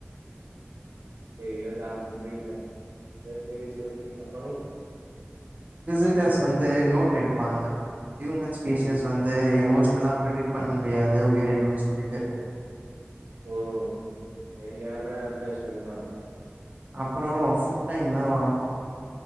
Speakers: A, on the right (about 85°); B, on the right (about 35°).
A: ஏய் இருடா முடியலடா சரி சரி சொல்லு அப்புறம்
B: விசிட்டர்ஸ் வந்து நோட் எடுப்பாங்க ஹியூமன் ஸ்பீஷிஸ்
A: ம்
B: வந்து எமோஷ் ல்லாம் பிரடிக் பண்ண முடியாத உயிரினம் சொல்லிட்டு
A: ஓ சரியான அபதேஷன் தான்
B: அப்றம் ஃபுட் டைம்லாம் வரும்